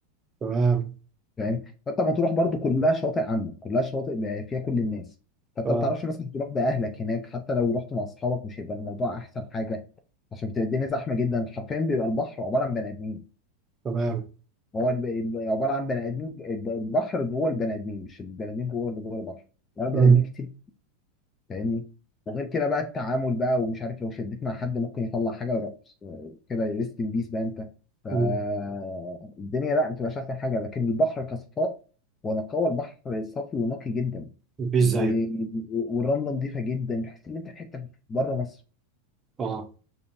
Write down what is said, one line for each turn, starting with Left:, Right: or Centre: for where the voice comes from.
Right: تمام
Left: فاهم فانت مطروح برضو كلها شواطئ عامه كلها شواطئ بقى فيها كل الناس فانت
Right: اه
Left: ما تعرفش مثلا تروح باهلك هناك حتى لو رحت مع اصحابك مش هيبقى الموضوع احسن حاجه عشان بتبقى الدنيا زحمه جدا حرفيا بيبقى البحر عباره عن بني ادمين
Right: تمام
Left: هو الب- الب- عباره عن بني ادمين الب- البحر جوه البني ادمين مش البني ادمين جوه اللي جوه البحر عباره عن
Right: مم.
Left: بني ادمين كتير فاهمني وغير كده بقى التعامل بقى ومش عارف لو شديت مع حد ممكن يطلع حاجه ورقص. كده ريست ان بيس بقى انت فالدنيا
Right: مم.
Left: لا ما بتبقاش احسن حاجه لكن البحر كصفاء ونقاوه البحر صافي ونقي جدا
Right: مفيش
Left: و...
Right: زيه
Left: والرمله نظيفه جدا تحس ان انت في حته بره مصر
Right: اه